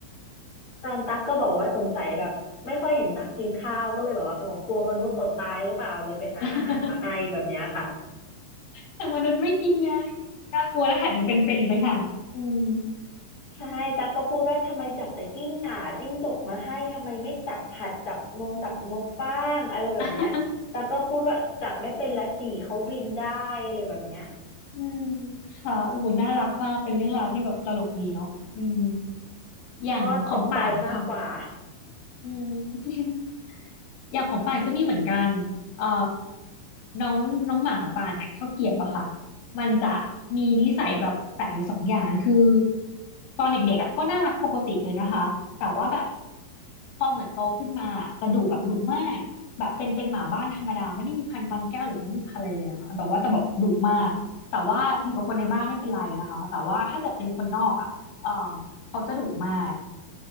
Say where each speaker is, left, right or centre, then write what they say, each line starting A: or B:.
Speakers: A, on the left; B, on the left.
A: ตอนตักก็บอกว่าสงสัยแบบไม่ค่อยเห็นตักกินข้าวก็เลยบอกว่าอ๋อกลัวมนุษย์อดตายหรือเปล่าเลยไปหาอาหารมาให้แบบเนี้ยค่ะ
B: <laughs> แต่มนุษย์ไม่กินไงน่ากลัวและแถมยังเป็นเป็นอีกต่างหากอืม
A: ใช่ตักก็พูดว่าทำไมจับแต่กิ้งก่าจิ้งจกมาให้ทำไมไม่จับหัดจับนงจับนกบ้างอะไรแบบเนี้ยตักก็พูดว่าจับไม่เป็นละสี่เขาบินได้อะไรแบบเนี้ย
B: <laughs> อืมค่ะโอ้โหน่ารักมากเป็นเรื่องราวที่แบบตลกดีเนาะอืมอย่างของป่านค่ะ
A: ก็ตกใจมากกว่า
B: อืม อย่างของป่านก็มีเหมือนกันเอ่อน้องน้องหมาของป่านอ่ะข้าวเกรียบอะค่ะมันจะมีนิสัยแบบแปลกอยู่สองอย่างคือตอนเด็กๆอะก็น่ารักปกติเลยนะคะ แต่ว่าแบบพอเหมือนโตขึ้นมาจะดุแบบดุมากแบบเป็นเป็นหมาบ้านธรรมดาไม่ได้มีพันธุ์บางแก้วหรือไม่ได้พันธุ์อะไรเลยนะคะแบบว่าจะแบบดุมาก แต่ว่าอยู่กับคนในบ้านไม่เป็นไรนะคะ แต่ว่าถ้าเกิดเป็นคนนอกอ่ะเอ่อเขาจะดุมาก